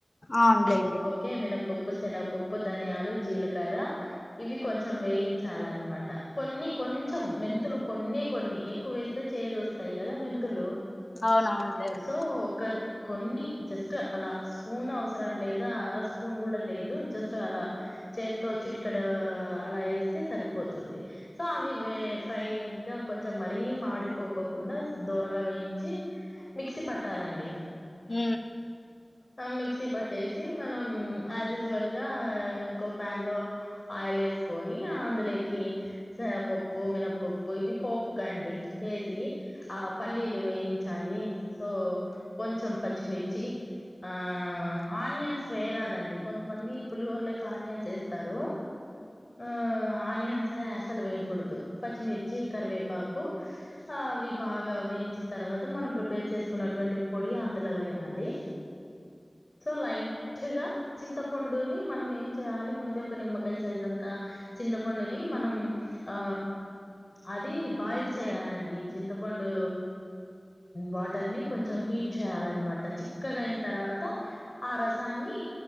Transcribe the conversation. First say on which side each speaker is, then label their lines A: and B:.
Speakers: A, on the left; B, on the left.
A: అవునులేండి
B: ఓకే మినప్ప పప్పు, శనగపప్పు, ధనియాలు, జీలకర్ర ఇవి కొంచెం వేయించాలన్నమాట కొన్ని కొంచెం మెంతులు కొన్ని కొన్ని ఎక్కువ వేస్తే చేదు వస్తాయి కదా మెంతులు
A: అవునవునులేండి
B: సో ఒక కొన్ని జస్ట్ అలా స్పూన్ అవసరం లేదు అర స్పూన్ కూడా లేదు జస్ట్ అలా చేత్తో చిట్కడ అలా ఎస్తే సరిపో పోతుంది సో అవి ఫ్రైగా కొంచెం మరీ మాడిపోకోకుండా దోరగా వే యించి మిక్సీ పట్టాలండి
A: మ్
B: ఆ మిక్సీ పట్టే సి మనం యాజ్ యూజివల్ గా ఇంకో ప్యాన్ లో ఆయిల్ వేసుకొని అందులో కి పప్పు మినపప్పు ఇవి పోపుకండి వేసి ఆ పల్లి వేయించాలి సో కొంచెం పచ్చిమిర్చి ఆ ఆనియన్స్ వేయరాదండి కొంతమంది పులిహోరలోకి ఆనియన్స్ వేస్తారు ఆ ఆనియన్స్ అసలు వేయకుడదు పచ్చిమిర్చి కరివేపాకు ఆ అవి బాగా వేయించిన తర్వాత మనం ప్రిపేర్ చేసుకున్నటువంటి పొడి అందులో వేయాలి సో లైట్ గా చింతపండుని మనం ఏం చేయాలి ముందే ఒక నిమ్మకాయ సైజ్ అంతా చింతపండుని మనం ఆ అది బాయిల్ చేయాలండి చింతపండు వాటర్ ని కొంచెం హీట్ చేయాలన్నమాట చిక్కగా అయిన తర్వాత ఆ రసాన్ని